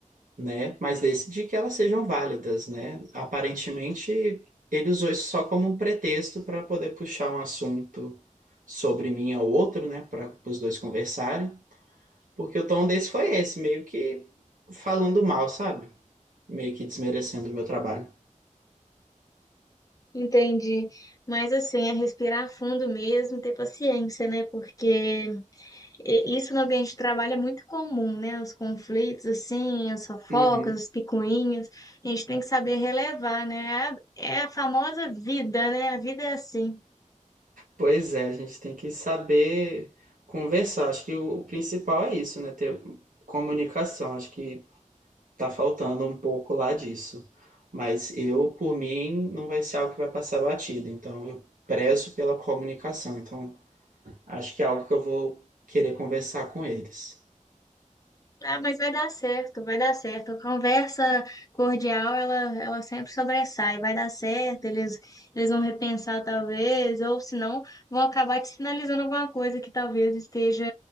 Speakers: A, on the right; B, on the left.
A: né? Mas desde que elas sejam válidas, né? Aparentemente, ele usou isso só como um pretexto para poder puxar um assunto sobre mim ao outro, né? Para os dois conversarem, porque o tom desse foi esse, meio que falando mal, sabe? Meio que desmerecendo o meu trabalho.
B: Entendi. Mas assim, é respirar fundo mesmo, ter paciência, né? Porque E- Isso no ambiente de trabalho é muito comum, né? Os conflitos, assim, as fofocas,
A: Uhum.
B: as picuinhas. A gente tem que saber relevar, né? É a, é a famosa vida, né? A vida é assim.
A: Pois é, a gente tem que saber conversar. Acho que o, o principal é isso, né? Ter comunicação. Acho que tá faltando um pouco lá disso. Mas eu, por mim, não vai ser algo que vai passar batido. Então, eu prezo pela comunicação. Então, acho que é algo que eu vou querer conversar com eles.
B: Ah, mas vai dar certo, vai dar certo. A conversa cordial, ela, ela sempre sobressai. Vai dar certo, eles, eles vão repensar talvez, ou se não, vão acabar te sinalizando alguma coisa que talvez esteja